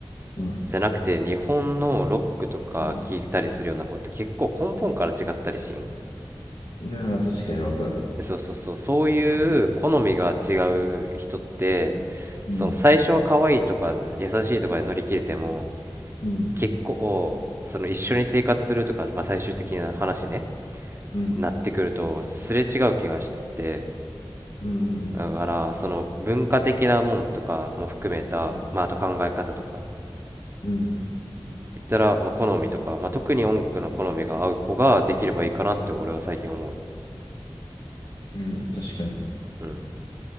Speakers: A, on the left (about 80°); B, on the right (about 25°).
A: う
B: じゃなくて日本のロックとか聞いたりするような子って結構根本から違ったりしん
A: んいやー、確かにわかる。
B: そうそうそうそういう好みが違う人って
A: うんうん、
B: その最初は可愛いとか優しいとかで乗り切れても
A: うん、
B: 結構その一緒に生活するとか、まあ、最終的な話ね
A: うん、
B: なってくるとすれ違う気がしてて
A: うん、
B: だからその文化的なもんとかも含めた、
A: うん、
B: まあ、あと考え方とか
A: うん、
B: 言ったら、まあ、好みとか、まあ、特に音楽の好みが合う子ができればいいかなって俺は最近思う。
A: うん、確かに。
B: うん。